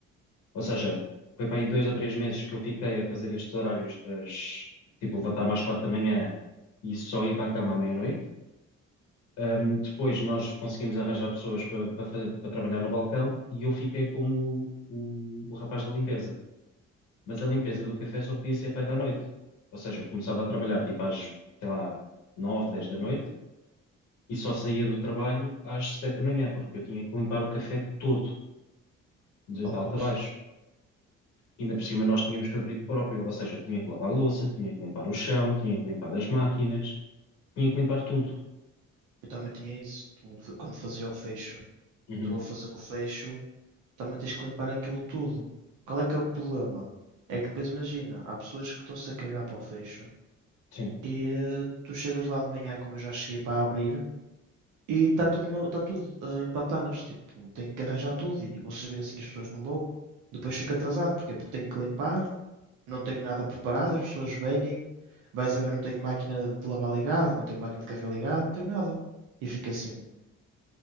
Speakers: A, on the left; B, on the right.
A: Ou seja, foi para aí dois ou três meses que eu fiquei a fazer estes horários das, tipo, levantar-me às quatro da manhã e só ir para a cama à meia-noite. Hum, depois nós conseguimos arranjar pessoas para, para, fa- para trabalhar no balcão e eu fiquei como o, o rapaz da limpeza. Mas a limpeza do café só podia ser feita à noite. Ou seja, eu começava a trabalhar tipo às, sei lá, nove dez da noite e só saía do trabalho às sete da manhã, porque eu tinha que limpar o café todo, de,
B: Oh,
A: de
B: pois.
A: alto a baixo. Ainda por cima nós tínhamos fabrico próprio, ou seja, eu tinha que lavar a louça, tinha que limpar o chão, tinha que limpar as máquinas, tinha que limpar tudo.
B: Eu também tinha isso. Tinha que fa- Quando fazia o fecho,
A: Uhum,
B: tu a fazer o fecho, também tens que limpar aquilo tudo. Qual é que é o problema? É que depois imagina, há pessoas que estão-se a cagar para o fecho
A: sim.
B: e eh, tu chegas lá de manhã, como eu já cheguei para abrir, E está tudo, ma- tá tudo eh, em pantanas. Tipo, tenho que arranjar tudo e vou servir assim as pessoas, não vou. Depois fico atrasado, porquê? Porque tenho que limpar, não tenho nada preparado, as pessoas vêm, vais a ver, não tenho máquina de lavar ligado, não tenho máquina de café ligado, não tenho nada. E fica assim.